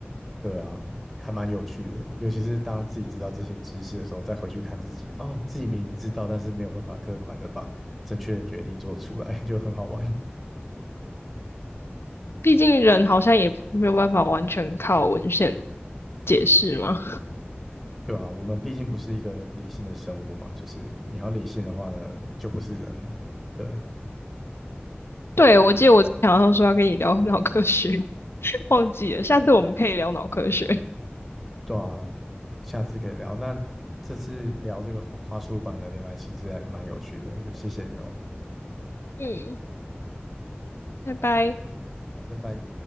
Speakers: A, in the centre; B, on the left (about 75°).
A: 对啊，还蛮有趣的，尤其是当自己知道这些知识的时候，再回去看自己，哦，自己明明知道，但是没有办法客观的把正确的决定做出来，<laughs> 就很好玩，
B: 毕竟人好像也没有办法完全靠文献解释嘛。
A: 对啊，我们毕竟不是一个理性的生物嘛，就是你要理性的话呢，就不是人了，对，
B: 对，我记得我之前好像说要跟你聊 <laughs> 脑科学，<laughs> 忘记了，下次我们可以聊脑科学。
A: 对啊，下次可以聊。那这次聊这个花花束般的恋爱，其实还蛮有趣的，就谢谢你哦，
B: 嗯，拜拜。
A: 好，拜拜。